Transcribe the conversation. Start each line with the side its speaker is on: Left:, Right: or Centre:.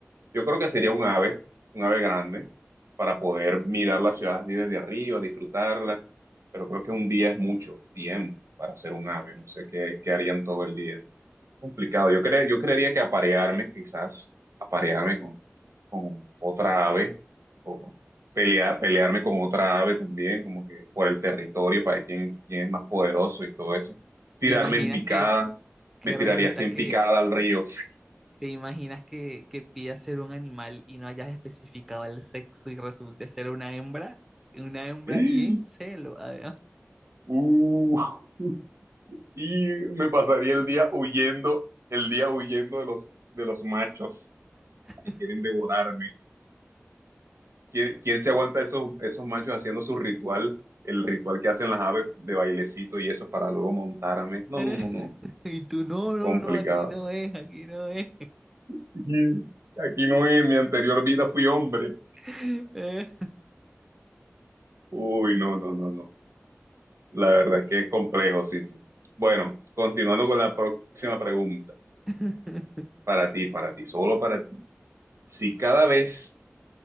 Right: yo creo que sería un ave, un ave grande para poder mirar la ciudad así desde arriba, disfrutarla, pero creo que un día es mucho tiempo para ser un ave, no sé qué, qué harían todo el día. Complicado. Yo cre- yo creería que aparearme, quizás, aparearme con, con otra ave, o pelear, pelearme con otra ave también, como que por el territorio, para ver quién, quién es más poderoso y todo eso. Tirarme
Centre: ¿Te imaginas
Right: en picada,
Centre: que, que
Right: me tiraría
Centre: resulta
Right: así en
Centre: que
Right: picada al río.
Centre: ¿Te imaginas que, que pidas ser un animal y no hayas especificado el sexo y resulte ser una hembra? Una hembra
Right: <gasps>
Centre: y en celo, además.
Right: <laughs> Uh, y me pasaría el día huyendo, el día huyendo de los, de los machos
Centre: <laughs>
Right: que quieren devorarme. ¿Quién, quién se aguanta esos, esos machos haciendo su ritual, el ritual que hacen las aves de bailecito y eso para luego montarme? No,
Centre: Eh,
Right: no, no, no.
Centre: Y tú, no, no,
Right: Complicado.
Centre: no, aquí no es, aquí no es.
Right: Aquí, aquí no es, en mi anterior vida fui hombre.
Centre: <laughs> Eh,
Right: Uy, no, no, no, no. La verdad es que es complejo, sí, sí. Bueno, continuando con la próxima pregunta.
Centre: <laughs>
Right: Para ti, para ti, solo para ti. Si cada vez